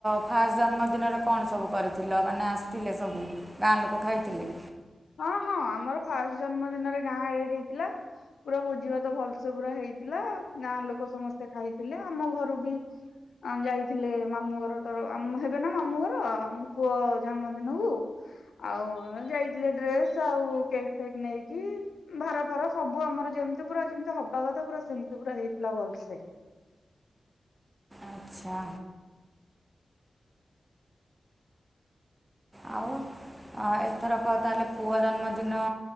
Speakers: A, on the right; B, on the left.
A: ଫାଷ୍ଟ ଜନ୍ମଦିନରେ କଣ ସବୁ କରିଥିଲ ମାନେ ଆସିଥିଲେ ସବୁ? ଗାଁ ଲୋକ ଖାଇଥିଲେ?
B: ହଁ ହଁ ଆମର ଫାଷ୍ଟ ଜନ୍ମ ଦିନରେ ଗାଁ ଆଳି ହେଇଥିଲା। ପୁରା ଭୋଜି ଭାତ ଭଲସେ ପୁରା ହେଇଥିଲା ଗାଁ ଲୋକ ସମସ୍ତେ ଖାଇଥିଲେ ଆମ ଘରୁ ବି ଯାଇଥିଲେ ମାମୁଁ ଘର ତ ହେବେ ନା ମାମୁଁ ଘର ମୋ ପୁଅ ଜନ୍ମଦିନକୁ ଆଉ ଯାଇଥିଲେ ଡ୍ରେସ ଆଉ କେକ୍ ଫେକ୍ ନେଇକି ଭାର ଫାର ସବୁ ଆମର ଯେମିତି ପୁରା ଯେମିତି ହବା କଥା ପୁରା ସେମିତି ପୁରା ହେଇଥିଲା ଭଲସେ।
A: ଆଚ୍ଛା। ହଁ ଆଉ ଏ ଥରକ ତାହେଲେ ପୁଅ ଜନ୍ମଦିନ